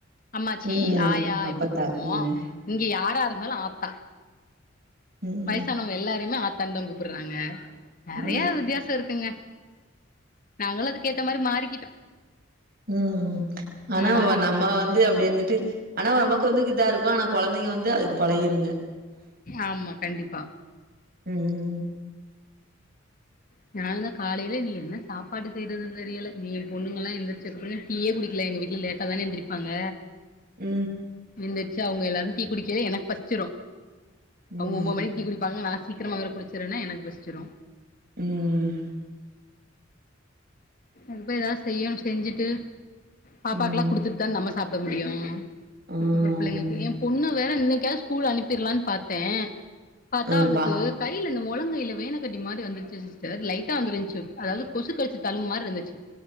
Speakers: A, on the left; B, on the right.
A: அம்மாச்சி
B: ம்.
A: ஆயா
B: அப்பத்தா
A: இப்டி கூப்டுவோ
B: ம்,
A: இங்க யாரா இருந்தாலு ஆத்தா
B: ம்
A: வயசானவங்க எல்லாரையுமே ஆத்தான்தா கூப்பிட்றாங்க நெறைய
B: ம்,
A: வித்தியாசோ இருக்குங்க நாங்களு அதுக்கேத்த மாரி மாறிக்கிட்டோ
B: ம் ம் ஆனா
A: ம்
B: வ நம்ம வந் து அப்டி இருந்துட்டு அனா நமக்கு வந்து இதா இருக்கு ஆனா கொழந்தைங்க வந்து அதுக்கு பழகிருங்க
A: ஆமா கண்டிப்பா
B: ம்
A: அதனால தா காலேல நீ என்ன சாப்பாடு செய்றதுன்னு தெரியல நீ ஏழ் பொண்ணுங்க எல்லா எந்திரிச்ச <unintelligible> டீயே குடிக்கெல எங்க வீட்ல லேட்டதான எந்திரிருப்பாங்க
B: உ
A: எந்திர்ச்சி அவங்க எல்லாரு டீ குடிக்கவே எனக்கு பசிச்ரு
B: ம், ம்,
A: அவங்க ஒம்போ மணிக் டீ குடிப்பாங்க நா சீக்ரமா வேற குடிச்சிருவேனா எனக்கு பசிச்சிரு
B: ம்
A: இப் போய் ஏதாது செய்யணு செஞ்சுட்டு பாப்பாக்லா
B: ம்
A: குடுத்துட்தா நம்ம சாப்ட முடியு
B: ஆ
A: இதுக்கப்ற புள்ளங்ளுக்கு
B: ஆமாங்க
A: ஏம் பெண்ணு வேற இன்னைக்காது ஸ்கூல் அனுப்பிர்லானு பாத்தே பாத்தா
B: ஆ
A: அவுளுக்கு
B: பா
A: கைல இந்த மொழங்கைல வேனக்கட்டி மாரி வந்துட் சு சிஸ்டர் லைட்டா வந்திருந்துச்சு அதாது கொசு கடிச்ச தலும்பு மாரி இருந்துச்சி